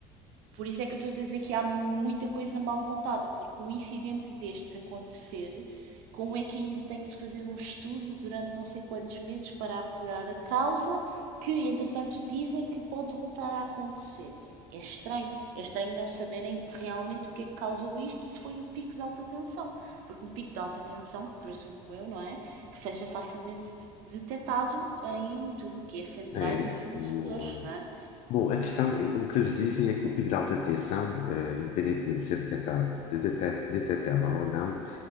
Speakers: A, on the right; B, on the left.
A: Por isso é que eu estou a dizer que há muita coisa mal contada, porque um incidente destes acontecer, como é que ainda tem que se fazer um estudo durante não sei quantos meses para apurar a causa, que entretanto dizem que pode voltar a acontecer? É estranho, é estranho não saberem realmente o que é que causou isto, se foi um pico de alta tensão, porque um pico de alta tensão, presumo eu, não é? Que seja facilmente detectado em tudo o que é centrais
B: É,
A: e fornecedores,
B: o, eh,
A: não é?
B: Bom, a questão, eh, o que eles dizem é que o pico de alta tensão, eh, independentemente de ser detectado, de detec- detectável ou não,